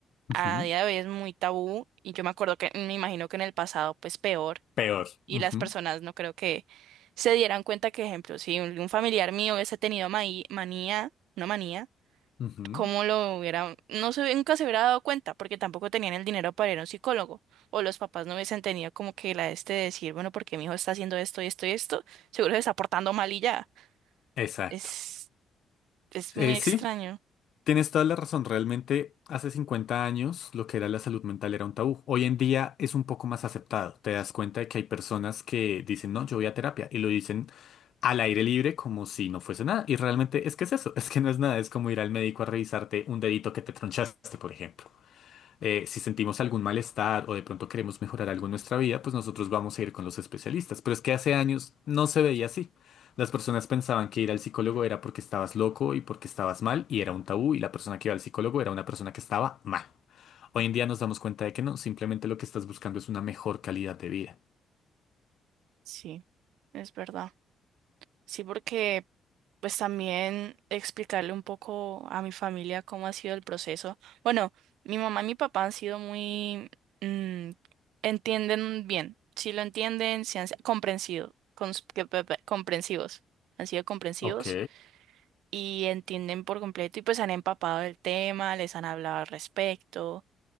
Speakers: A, on the left (about 65°); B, on the right (about 85°).
A: Ujú.
B: a día de hoy es muy tabú y yo me acuerdo que me imagino que en el pasado pues peor.
A: Peor.
B: y
A: Ujú.
B: las personas no creo que se dieran cuenta que, ejemplo, si un un familiar mío hubiese tenido maí- manía, una manía,
A: Ujú.
B: cómo lo hubiera, no se, nunca se hubiera dado cuenta porque tampoco tenían el dinero para ir a un psicólogo o los papás no hubiesen tenido como que la este de decir, bueno, porque mi hijo está haciendo esto y esto y esto, seguro se está portando mal y ya.
A: Exacto.
B: Es, es
A: Eh,
B: muy extraño.
A: sí, Tienes toda la razón, realmente hace 50 años lo que era la salud mental era un tabú. Hoy en día es un poco más aceptado. Te das cuenta de que hay personas que dicen, no, yo voy a terapia y lo dicen al aire libre como si no fuese nada. Y realmente es que es eso, <laughs> es que no es nada, es como ir al médico a revisarte un dedito que te tronchaste, por ejemplo. Eh, si sentimos algún malestar o de pronto queremos mejorar algo en nuestra vida, pues nosotros vamos a ir con los especialistas. Pero es que hace años no se veía así. Las personas pensaban que ir al psicólogo era porque estabas loco y porque estabas mal y era un tabú y la persona que iba al psicólogo era una persona que estaba mal. Hoy en día nos damos cuenta de que no, simplemente lo que estás buscando es una mejor calidad de vida.
B: Sí, es verdad. Sí, porque pues también explicarle un poco a mi familia cómo ha sido el proceso. Bueno, mi mamá y mi papá han sido muy... mm, entienden bien, sí lo entienden, sí han sido comprensido, cons- que- pe- pe- comprensivos, han sido comprensivos
A: Ok,
B: y entienden por completo y pues han empapado del tema, les han hablado al respecto.